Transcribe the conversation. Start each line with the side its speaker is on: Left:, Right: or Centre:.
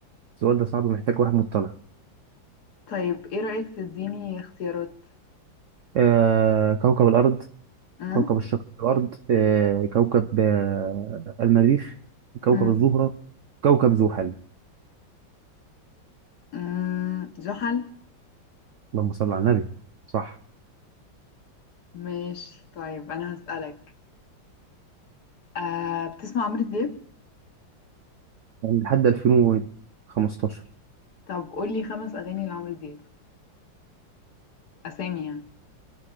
Right: السؤال ده صعب محتاج واحد مطلع
Left: طيب ايه رأيك تديني اختيارات
Right: آه كوكب الارض
Left: أم؟
Right: كوكب الشق الارض آه كوكب آه المريخ كوكب
Left: أم؟
Right: الزهرة كوكب زحل
Left: أم، زحل
Right: اللهم صل على النبي صح
Left: ماشي طيب انا هسألك أه بتسمع عمرو دياب
Right: يعني لحد 2015
Left: طب قول لي خمس أغاني لعمرو دياب أسامي يعني